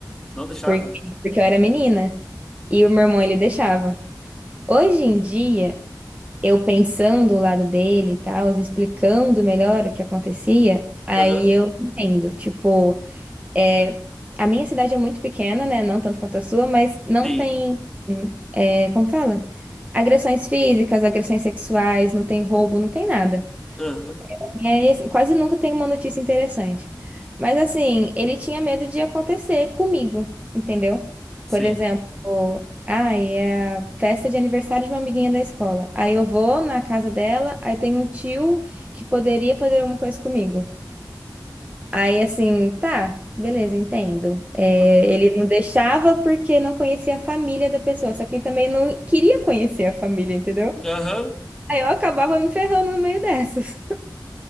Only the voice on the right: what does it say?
porque, porque eu era menina. E o meu irmão, ele deixava. Hoje em dia, eu pensando do lado dele e tal, explicando melhor o que acontecia, aí
eu entendo. Tipo, é, a minha cidade é muito pequena, né? Não tanto quanto a sua, mas não
tem, hum, é, como fala? Agressões físicas, agressões sexuais, não tem roubo, não tem nada.
É, e assim, quase nunca tem uma notícia interessante. Mas assim, ele tinha medo de acontecer comigo, entendeu?
Por exemplo, ai, é a festa de aniversário de uma amiguinha da escola. Aí eu vou na casa dela, aí tem um tio que poderia fazer alguma coisa comigo. Aí assim, tá, beleza, entendo. É,
ele não deixava porque não conhecia a família da pessoa, só que ele também não queria conhecer a família, entendeu?
Aí eu acabava me ferrando no meio dessas.